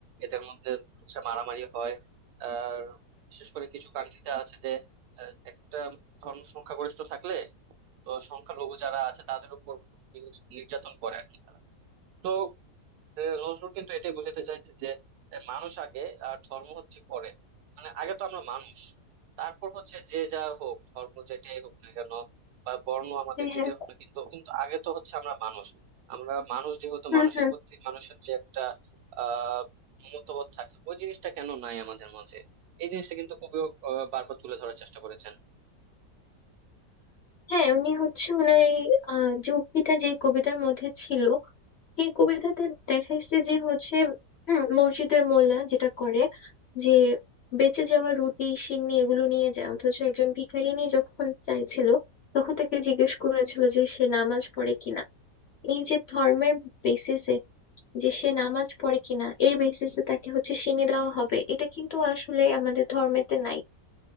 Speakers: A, on the right; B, on the left.
A: এদের মধ্যে হচ্ছে মারামারি হয় আর বিশেষ করে কিছু কান্ট্রিতে আছে যে আহ, একটা ধর্ম সংখ্যাগরিষ্ঠ থাকলে তো সংখ্যালঘু যারা আছে তাদের উপর নির্যাতন করে আর কি তারা তো এ, নজরুল কিন্তু এটাই বোঝাতে চাইছে যে এ, মানুষ আগে আর ধর্ম হচ্ছে পরে মানে আগে তো আমরা মানুষ তারপর হচ্ছে যে যা হোক ধর্ম যেটাই হোক না কেন বা বর্ণ আমাদের
B: হ্যাঁ
A: যেটাই
B: হ্যাঁ
A: হোক না কিন্তু কিন্তু আগে তো হচ্ছে আমরা মানুষ আমরা মানুষ যেহেতু
B: হুম
A: মানুষের
B: হুম
A: প্রতি মানুষের যে একটা আহ মমতাবোধ থাকে ওই জিনিসটা কেন নাই আমাদের মাঝে এই জিনিসটা কিন্তু কবিও আহ, বারবার তুলে ধরার চেষ্টা করেছেন
B: হ্যাঁ উনি হচ্ছে ওনার এই আহ, যে উক্তিটা যে কবিতার মধ্যে ছিল এই কবিতাতে দেখাইছে যে হচ্ছে হুম, মসজিদের মোল্লা যেটা করে যে বেঁচে যাওয়া রুটি সিন্নি এগুলো নিয়ে যায় অথচ একজন ভিখারিনী যখন চাইছিল তখন তাকে জিজ্ঞেস করেছিল যে সে নামাজ পড়ে কিনা এই যে ধর্মের বেসিসে যে সে নামাজ পড়ে কিনা এর বেসিসে তাকে হচ্ছে শিনি দেওয়া হবে এটা কিন্তু আসলে আমাদের ধর্মেতে নাই